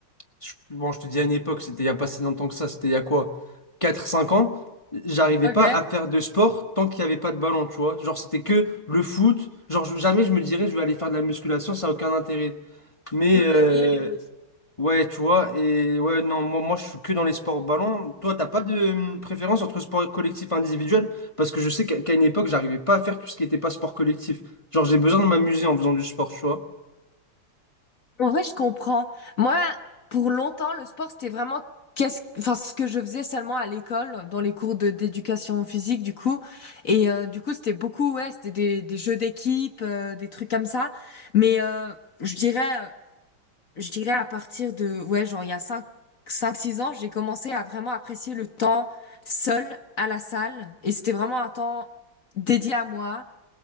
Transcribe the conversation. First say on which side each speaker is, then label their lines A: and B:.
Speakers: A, on the left; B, on the left.
A: je- bon, je te dis à une époque, c'était il y a pas si longtemps que ça, c'était il y a quoi, quatre cinq ans, j'arrivais
B: Ok.
A: pas à faire de sport tant qu'il n'y avait pas de ballon, tu vois. Genre, c'était que le foot. Genre, je- jamais je me dirais, je vais aller faire de la musculation, ça n'a aucun intérêt. Mais,
B: Mhm.
A: euh, ouais, tu vois, et ouais, non, moi, moi, je suis que dans les sports ballon. Toi, t'as pas de hum, préférence entre sport collectif et individuel? Parce que je sais qu'à qu'à une époque, j'arrivais pas à faire tout ce qui n'était pas sport collectif. Genre, j'ai besoin de m'amuser en faisant du sport, tu vois.
B: En vrai, je comprends. Moi, pour longtemps, le sport, c'était vraiment qu'est-ce, enfin, ce que je faisais seulement à l'école, dans les cours de d'éducation physique, du coup. Et euh, du coup, c'était beaucoup, ouais, c'était des, des jeux d'équipe, euh, des trucs comme ça. Mais euh, je dirais, je dirais à partir de, ouais, genre, il y a cinq, 5, 6 ans, j'ai commencé à vraiment apprécier le temps seul à la salle. Et c'était vraiment un temps dédié à moi,